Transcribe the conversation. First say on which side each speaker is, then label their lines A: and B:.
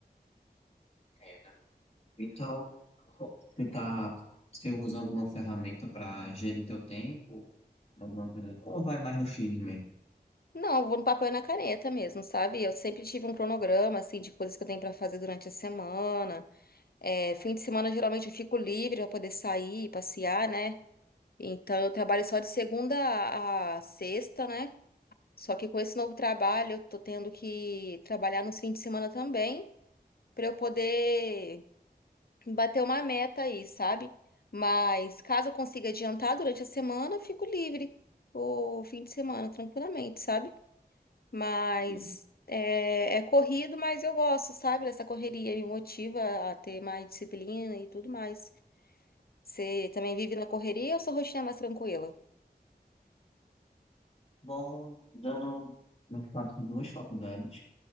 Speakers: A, on the left (about 40°); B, on the left (about 65°).
A: Entendo. Então, você tá, você usa alguma ferramenta para gerir teu tempo? Alguma coisa? assim? Ou vai mais no X mesmo?
B: Não, eu vou no papel e na caneta mesmo, sabe? Eu sempre tive um cronograma, assim, de coisas que eu tenho pra fazer durante a semana. É, fim de semana geralmente eu fico livre para poder sair, passear, né? Então eu trabalho só de segunda a a sexta, né? Só que com esse novo trabalho eu tô tendo que trabalhar nos fins de semana também para eu poder bater uma meta aí, sabe? Mas caso eu consiga adiantar durante a semana, eu fico livre o fim de semana tranquilamente, sabe? Mas
A: Sim.
B: é, é corrido, mas eu gosto, sabe? Dessa correria me motiva a ter mais disciplina e tudo mais. Você também vive na correria ou sua rotina é mais tranquila?
A: Bom, dando, eu faço duas faculdades